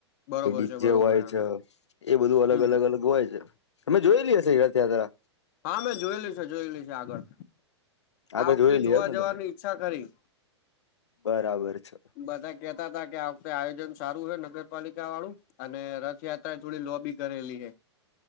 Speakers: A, on the left (about 40°); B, on the left (about 75°).
A: બરોબર
B: પ ડીજે
A: છે બરોબર
B: હોય
A: આમ
B: છે એ બધું અલગ
A: હમ
B: અલગ અલગ હોય છે, તમે જોયેલી હશે યાત્રા.
A: હા, મેં જોયેલી છે, જોયેલી છે આગળ.
B: આગળ
A: આ વખતે
B: જોયેલી
A: જોવા
B: એમ ને
A: જવાની
B: તમે
A: ઈચ્છા કરી.
B: બરાબર છે.
A: બધા કેતા હતા કે આ વખતે આયોજન સારું છે નગરપાલિકા વાળું. અને રથયાત્રા એ થોડી લોબી કરેલી હે.